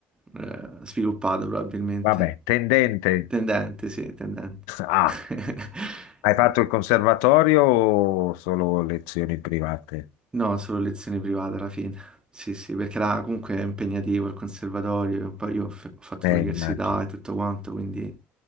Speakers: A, on the right (about 20°); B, on the left (about 90°).
A: eh, sviluppato probabilmente.
B: Vabbè, tendente.
A: Tendente, sì, tendente.
B: Ah,
A: <laughs>
B: hai fatto il conservatorio o solo lezioni private?
A: No, solo lezioni private alla fine. Sì, sì, perché era comunque impegnativo il conservatorio, e poi io ho f- ho fatto
B: Eh,
A: l'università
B: immagino.
A: e tutto quanto, quindi